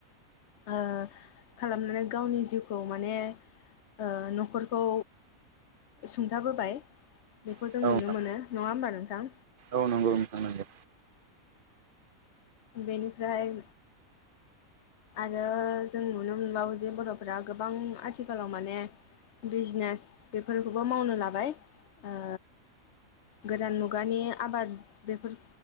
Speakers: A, on the left; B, on the right.
A: ओ खालामनानै गावनि जिउखौ माने ओ न'खरखौ सुंथाबोबाय बेखौ
B: नोंथां
A: जों नुनो मोनो नङा होमबा नोंथां?
B: औ नंगौ नोंथां नंगौ।
A: बेनिफ्राय आरो जों नुनो मोनबावो जे बर'फोरा गोबां आथिखालाव माने बिजनेस बेफोरखौबो मावनो लाबाय ओ गोदान मुगानि आबाद बेफोर